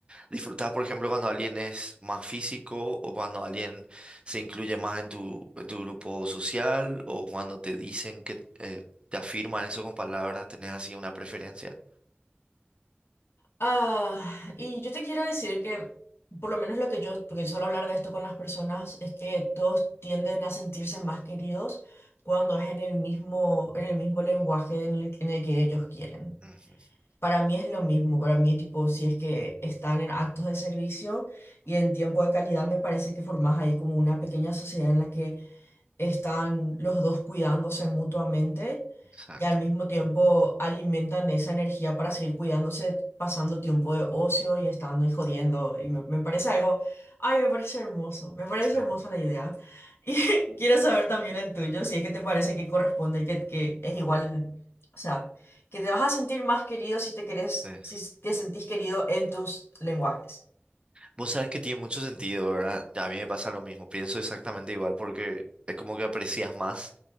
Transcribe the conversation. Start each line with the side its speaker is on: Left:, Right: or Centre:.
Right: Disfrutar, por ejemplo, cuando alguien es más físico o cuando alguien se incluye más en tu, en tu grupo social o cuando te dicen que eh, te afirman eso con palabras, tenés así una preferencia.
Left: Ah, y yo te quiero decir que, por lo menos lo que yo, porque suelo hablar de esto con las personas, es que todos tienden a sentirse más queridos cuando es en el mismo, en el mismo lenguaje en el, en el que ellos quieren.
Right: Ujú,
Left: Para mí es lo mismo, para mí tipo, si es que están en actos de servicio y en tiempo de calidad, me parece que formas ahí como una pequeña sociedad en la que están los dos cuidándose mutuamente
Right: Exacto.
Left: y al mismo tiempo alimentan esa energía para seguir cuidándose, pasando tiempo de ocio y estando y jodiendo. Y me, me parece algo, ay, me parece hermoso, me parece
Right: Sí,
Left: hermosa la idea. <laughs> Y quiero saber también el tuyo, si es que te parece que corresponde y que, que es igual, o sea, que te vas a sentir más querido si te querés,
Right: sí.
Left: si te sentís querido en tus lenguajes.
Right: Vos sabés que tiene mucho sentido, ¿verdad? Ya A mí me pasa lo mismo, pienso exactamente igual porque es como que aprecias más